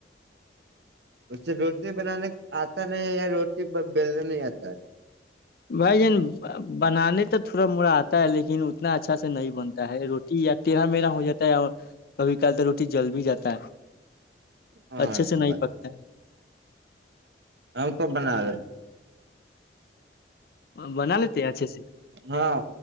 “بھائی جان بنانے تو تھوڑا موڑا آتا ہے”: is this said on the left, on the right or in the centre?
Left